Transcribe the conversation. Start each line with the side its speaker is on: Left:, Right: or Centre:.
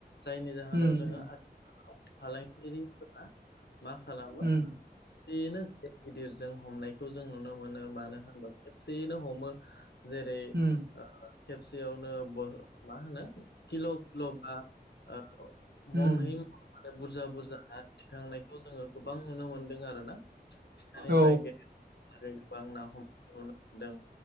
Left: जायनि जाहोनाव
Right: उम
Left: जोङो <unintelligible> फालांगिरिफोरा मा खालामो
Right: उम
Left: बेनो गिदिर गिदिरजों हमनायखौ जों नुनो मोनो मानो होनबा खेबसेयैनो हमो जेरै
Right: उम
Left: ओ बेयावनो ब मा होनो किल' किल' बा ओ
Right: उम
Left: मन‌है माने बुरजा बुरजा ना थिखांनायखौ जोङो गोबां नुनो मोनदों आरो ना फिसानिफ्राय
Right: औ
Left: गेदेर आरो गोबां ना हमनाय नुनो मोनदों